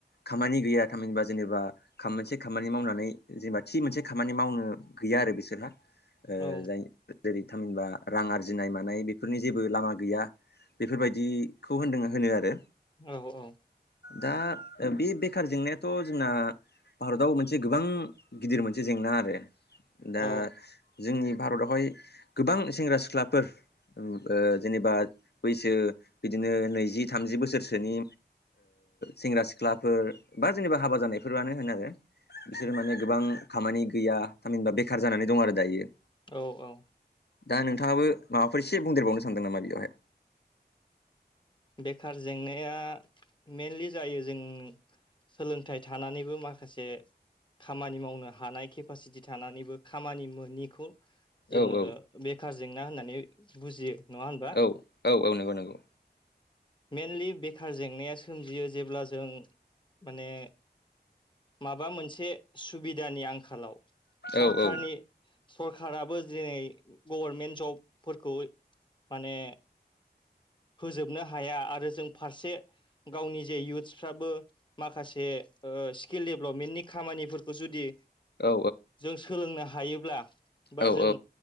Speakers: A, on the left; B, on the left.
A: खामानि गैया थामहिनबा जेनेबा खाम मोनसे खामानि मावनानै जेनेबा थि मोनसे खामानि मावनो गैय गैया आरो बिसोरहा ओ
B: औ
A: जाय जेरै थामहिनबा रां आरजिनाय मानाय बेफोरनि जेबो लामा गैया बेफोरबायदिखौ होन्दों होनो आरो।
B: औ औ
A: दा बे बेखार जेंनायाथ' जोंना भारताव मोनसे गोबां गिदिर मोनसे जेंना आरो। दा
B: औ
A: जोंनि भारतावहाय गोबां सेंग्रा सिख्लाफोर ओ जेनेबा बैसो बिदिनो नैजि थामजि बोसोरसोनि सेंग्रा ओ सिख्लाफोर बा जेनेबा हाबा जानायफोरानो होनो आरो बिसोरो माने गोबां खामानि गैया थामहिनबा बेखार जानानै दं आरो दायो।
B: औ औ।
A: दा नोंथाङाबो माबाफोर एसे बुंदेरबावनो सानदों नामा बेयावहाय।
B: बेखार जेंनाया मेनलि जायो जों सोलोंथाइ थानानैबो माखासे खामानि मावनो हानाय केपासिटि थानानैबो खामानि मोनिखौ जोङो
A: औ औ
B: बेखार जेंना होननानै बुजियो। नङा होनबा
A: औ औ औ नंगौ नंगौ।
B: मेइनलि बेखार जेंनाया सोमजियो जेब्ला जों माने माबा मोनसे सुबिदानि आंखालाव सरखारनि
A: औ औ
B: सरखाराबो दिनै गभारमेन्ट जबफोरखौ माने होजोबनो हा - हाया आरो जों फारसे गावनि जे इउथ्सफ्राबो माखासे स्किल डेभलपमेन्टनि खामानिफोरखौ जुदि
A: औ
B: जों सोलोंनो हायोब्ला बा
A: औ
B: जों